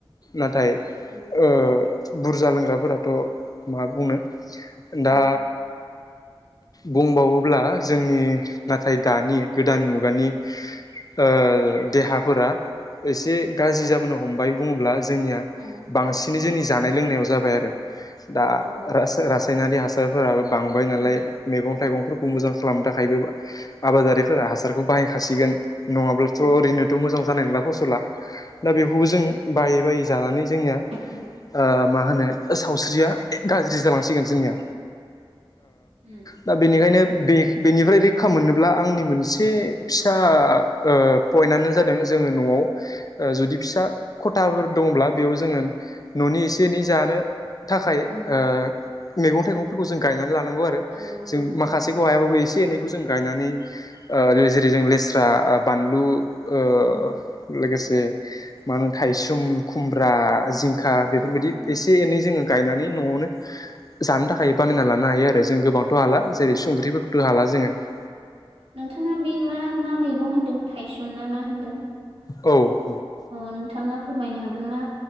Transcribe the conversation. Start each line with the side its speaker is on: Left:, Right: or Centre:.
Left: नाथाय
Right: उम
Left: ओ बुरजा लोंग्राफोराथ' मा बुंनो दा
Right: औ
Left: बुंबावोब्ला जोंनि नाथाय दानि गोदान मुगानि ओ देहाफोरा एसे गाज्रि जाबोनो हमबाय बुङोब्ला जोंनिया
Right: औ
Left: बांसिनै जोंनि जानाय लोंनायाव जाबाय आरो
Right: उम
Left: दा
Right: नंगौ
Left: रासो रासो रासायनारि हासारफोराबो बांबाय नालाय
Right: उम
Left: मैगं थाइगंफोरखौ मोजां खालामनो थाखायबो आबादारि फोरा हासारखौ बाहायखासिगोन नङाब्लाथ'
Right: औ
Left: ओरैनोथ' मोजां जानाय नंला फसला दा बेखौबो जों बायै बायै- जानानै जोंनिया
Right: उम
Left: ओ मा होनो सावस्रिया गाज्रि जालांसिगोन जोंनिया
Right: उम
Left: दा ओ बेनिखायनो बेक बेनिफ्राय रै खा मोननोब्ला आंनि मोनसे फिसा ओ पइन्टआनो जादों जोङो न'आव ओ जुदि फिसा खथाफोर दंब्ला बेयाव जोङो न'नि एसे एनै जानो थाखाय ओ
Right: उम
Left: मैगं थाइगंफोरखौ जों गायना लानांगौ आरो
Right: औ नंगौ
Left: जों
Right: नोंथां
Left: माखासेखौ
Right: उम
Left: हायाबा एसे एनैखौजों गायनानै ओ रेजें रेजें लेस फ्रा बानलु ओ
Right: औ
Left: लोगोसे जे माहोनो थाइसुम खुमब्रा जिंखा बेफोरबायदि
Right: उम
Left: एसे एनै जोङो गायनानै न'आवनो जानो थाखाय बानायना लानो हायो आरो
Right: उम
Left: जों गोबांथ' हाला जेरै संख्रिफोरखौथ' हाला जोङो ।
Right: नोंथाङा बे मा मा मैगं होन्दों थाइसुम ना मा होनदों?
Left: औ
Right: औ नोंथाङा फोरमायनो हागोन मा